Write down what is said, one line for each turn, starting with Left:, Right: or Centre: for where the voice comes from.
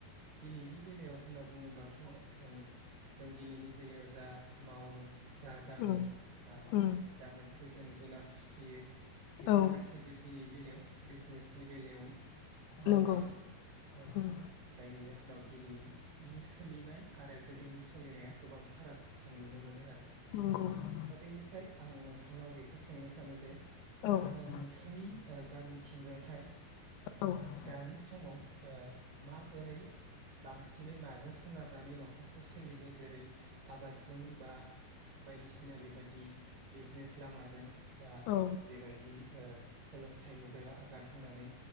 Right: दिनैनि बेलायाव होनना बुङोबाथ' जों जों दिनैनि बेलायाव जा मावो। जा दाङो
Left: उम
Right: बा
Left: उम
Right: जा मोनसे जों जुनार‌ फिसियो बेफोर
Left: औ
Right: गासैबो दिनै बेलायाव बिजनेसनि बेलायाव मावलाङो
Left: नंगौ
Right: औ
Left: उम
Right: जायनि जाहोनाव दिनैनि नि सोलिनाय आरो गोदोनि सोलिनाया गोबां फाराग जों नुनो मोनो आ‌
Left: नंगौ औ
Right: दा बेनिफ्राय आं नों थांनाव बेखौ सोंनो सानोजे ओ
Left: औ
Right: नोंथांनि। ओ गामिथिंजोंहाय
Left: औ
Right: दानि समाव ओ माबोरै बांसिनै माजों सोनारनानै न'खरखौ सोलिदो जेरै आबादजों बा बायदिसिना बेबादि बिजनेस लामाजों बा
Left: औ
Right: बेबायदि ओ सोलोंथाइ मुगायाव आगान होनानै